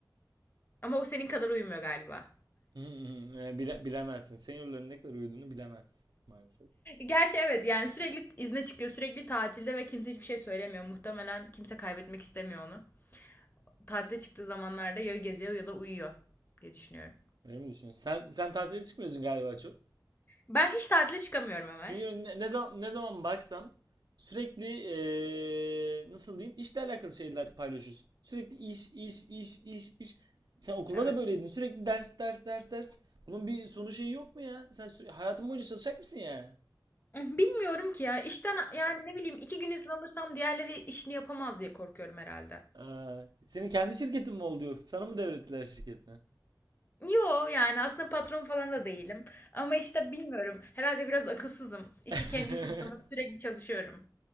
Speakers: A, on the left; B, on the right.
A: Ama o senin kadar uyumuyor galiba.
B: E, bile- bilemezsin. Seniorların ne kadar uyuduğunu bilemezsin maalesef.
A: Gerçi evet yani sürekli izne çıkıyor, sürekli tatilde ve kimse hiçbir şey söylemiyor. Muhtemelen kimse kaybetmek istemiyor onu. Tatile çıktığı zamanlarda ya geziyor ya da uyuyor diye düşünüyorum.
B: Öyle mi düşünüyorsun? Sen sen tatile çıkmıyorsun galiba çok.
A: Ben hiç tatile çıkamıyorum Ömer.
B: Çünkü ne, ne zaman ne zaman baksam sürekli e, nasıl diyeyim işle alakalı şeyler paylaşıyorsun. Sürekli iş iş iş iş iş. Sen okulda
A: Evet.
B: da böyleydin. Sürekli ders ders ders ders. Bunun bir sonu şeyi yok mu ya? Sen süre- hayatın boyunca çalışacak mısın ya?
A: Bilmiyorum ki ya işten yani ne bileyim iki gün izin alırsam diğerleri işini yapamaz diye korkuyorum herhalde.
B: Aa, senin kendi şirketin mi oldu yoksa? Sana mı devrettiler şirketini?
A: Yo yani aslında patron falan da değilim. Ama işte bilmiyorum. Herhalde biraz akılsızım. İşi
B: <laughs>
A: kendi işim sanıp sürekli çalışıyorum.